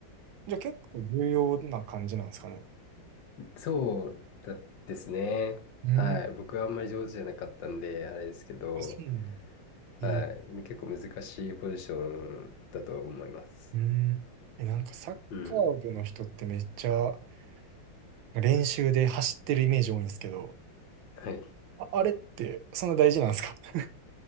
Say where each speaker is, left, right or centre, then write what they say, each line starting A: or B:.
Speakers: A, on the right; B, on the left.
A: じゃあ結構重要な感じなんですかね。
B: そうだですね。
A: うん。
B: はい。僕はあんまり上手じゃなかったんで、あれですけど、
A: あ、そうなんだ。
B: はい。
A: えー、
B: 結構難しいポジションだと思います。
A: うん。え、なんかサッカー部の人ってめっちゃ
B: うん。
A: 練習で走ってるイメージ多いんですけど、
B: はい。
A: あ、あれってそんな大事なんですか <laughs>